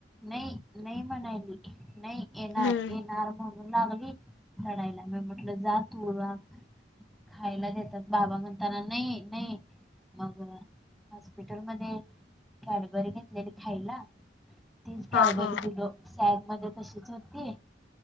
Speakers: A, in the centre; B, on the left (about 70°).
A: नाहीं नाहीं म्हणांयची नाहीं येणारं
B: हम्म
A: येणारं म्हणूंन लागली रडांयला लागली म्हटलं जा तूं रहां खायंला देतात बाबां म्हणतांना नाहीं नाहीं. मंग हॉस्पिटल मध्यें कॅडबरी घेतलेली खायंला. तीचं
B: हा
A: कॅडबरी
B: हा
A: दिलो सॅग मध्यें तशीचं होती.